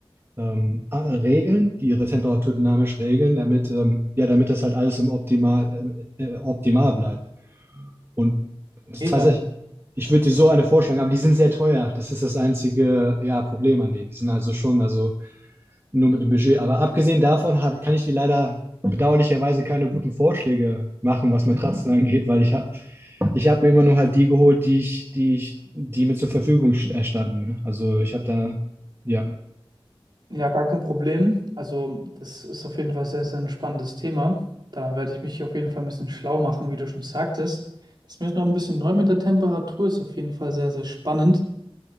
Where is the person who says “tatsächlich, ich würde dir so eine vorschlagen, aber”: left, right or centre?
Right